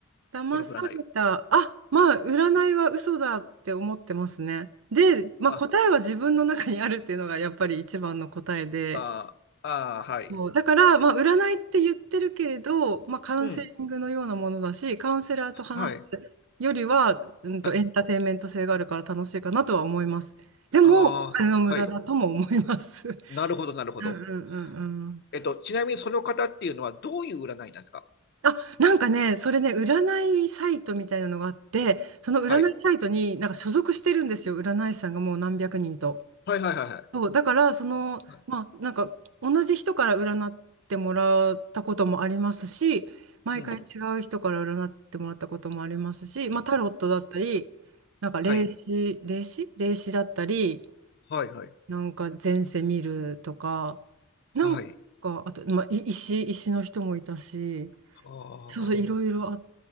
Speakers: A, on the right (about 65°); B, on the left (about 50°).
A: 騙された、
B: その占いを。
A: あ、まあ、占いは嘘だって思ってますね。で、まあ、
B: あ、
A: 答えは自分の中にあるっていうのがやっぱり一番の答えで。
B: あ、あ、はい。
A: そうだから、まあ、占いって言ってるけれど、まあ、カウンセリングのようなものだし、
B: うん。
A: カウンセラーと話す
B: はい。
A: よりは、うんと、
B: はい。
A: エンターテインメント性があるから楽しいかなとは思います。でも、
B: ああ、
A: お金の無駄だとも思います。
B: はい。なるほど、
A: <laughs>
B: なるほど。
A: うんうんうんうん。
B: えっと、ちなみにその方っていうのは、どういう占いなんですか
A: あ、なんかね、それね、占いサイトみたいなのがあって、その占いサイトになんか所属してるんですよ、
B: はい。
A: 占い師さんがもう何百人と。
B: はい、はい、はい、は
A: そう、だから、その、
B: い。
A: まあ、なんか、同じ人から占ってもらったこともありますし、毎回違う人から占ってもらったこともありますし、
B: うん。
A: まあ、
B: うん
A: タロットだったり、なんか、
B: はい。
A: 霊視、霊視霊視だったり、
B: はい、はい。
A: なんか、前世見るとか、なんか、
B: はい。
A: あと、まあ、い石、石の人もいたし、
B: ああ。
A: そうそう、いろいろあっ